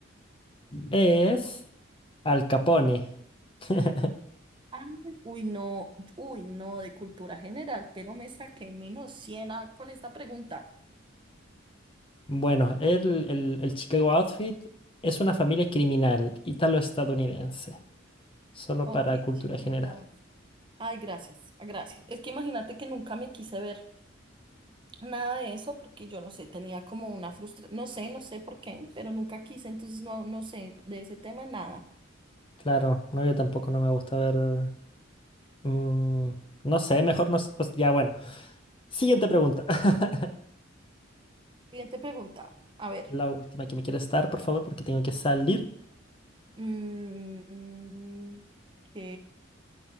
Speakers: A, on the left (about 25°); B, on the right (about 25°).
A: es Al Capone. <laughs>
B: Ah, uy, no. Uy, no, de cultura general, pero me saqué menos 100 a- con esta pregunta.
A: Bueno, el, el- el Chicago Outfit es una familia criminal italo-estadounidense, solo
B: Ok,
A: para cultura
B: Chicago.
A: general.
B: Outfit. Ay, gracias, gracias. Es que imagínate que nunca me quise ver. Nada de eso porque yo no sé, tenía como una frustración, no sé, no sé por qué, pero nunca quise, entonces no, no sé de ese tema nada.
A: Claro, no, yo tampoco no me gusta ver... mm, no sé, mejor no... s- pues ya, bueno. Siguiente pregunta. <laughs>
B: Siguiente pregunta, a ver.
A: La última que me quiere estar, por favor, porque tengo que salir
B: mm, ok.